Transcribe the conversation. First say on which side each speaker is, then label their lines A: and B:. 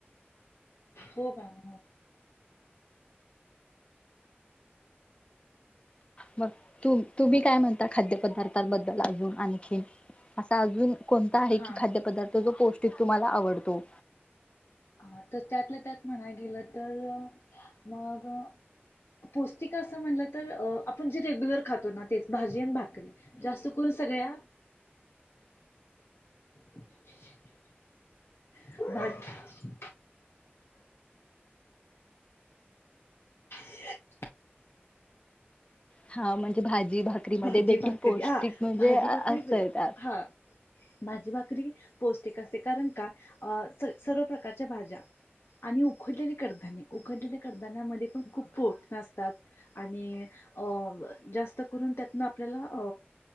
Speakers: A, on the left; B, on the left.
A: हो <unintelligible> मग
B: मग तु तुम्ही काय म्हणता खाद्यपदार्थन बद्दल अजून आणखीन असं अजून कोणता आहे
A: हां
B: की खाद्यपदार्थ तो जो पौष्टिक तुम्हाला आवडतो.
A: हा तर त्यातल्या त्यात म्हणाय गेलं तर मग पौष्टिक असं म्हटलं तर अ आपण जे रेग्युलर खातो ना तेच भाजी आणि भाकरी जास्त करून सगळ्या <inaudible> भाजी <inaudible>
B: हा म्हणजे भाजी जी भाकरी मध्ये
A: भाजी
B: देखील
A: भाकरी
B: पौष्टिक
A: हा
B: म्हणजे
A: भाजी भाकरी
B: असतय त्यात.
A: हा भाजी भाकरी पौष्टिक असते कारण का अ स सर्व प्रकारच्या भाज्या आणि उकडलेली कडधान्य उकडलेली कडधान्यामध्ये पण खूप प्रोटीन असतात आणि अ ब जास्त करून त्यात त्यातन आपल्याला अ